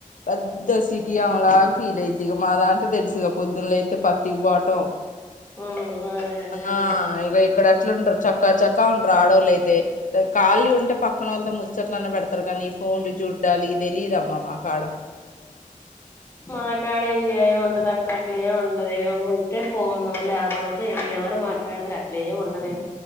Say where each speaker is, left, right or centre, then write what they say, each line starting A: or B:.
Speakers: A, on the left; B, on the left.
A: పెద్ద సిటీ అమే లాగా ఫీల్ అయతది ఇక మా దాంటే తెలుసుగా పొద్దున పతికి బాతొ
B: ఉమ్ అదే అదే
A: ఆ
B: లే
A: ఇక ఇక్కడ అట్లాంటారు చక్కా చక్క ఉంటారు ఆడోళ్ళు అయితే ఖాళీ ఉంటే పక్కన వాళ్ళతో ముచ్చట్లన్నా పెడతారు కానీ ఫోన్లు చూడాలి ఇ తెలియదుమ్మా మాకడ
B: మా కాడ ఇంక ఏ ఉంటది అక్క అట్లేమి ఉంటదు ఉంటే ఫోను లేపోతే ఎవరు మాట్లాడుధర అట్లా ఏమి ఉండదు